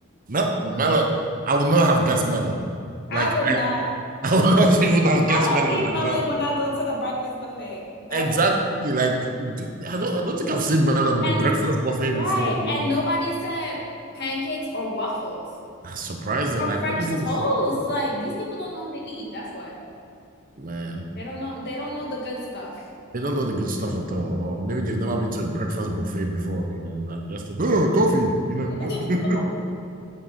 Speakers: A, on the right (about 40°); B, on the left (about 55°).
A: Mel melon. I would not have guessed melon.
B: I
A: Like
B: would
A: I,
B: not.
A: <laughs> I would not <laughs> even have guessed
B: I don't
A: melon
B: eat melon
A: at all.
B: when I go to the breakfast buffet. That's
A: Exactly. Like d- I don't. I don't think I've seen melon in
B: and
A: a breakfast <laughs> buffet
B: right.
A: before. You
B: And
A: know?
B: nobody said pancakes or waffles
A: That's surprising.
B: or
A: Like
B: French
A: waffles,
B: toast. Like these people don't know how to eat. That's why.
A: man.
B: They don't know they don't know the good stuff.
A: They don't know the good stuff at all. Or maybe they've never been to a breakfast buffet before. You know that they just oh coffee. You
B: Yeah.
A: know.
B: <laughs>
A: <laughs>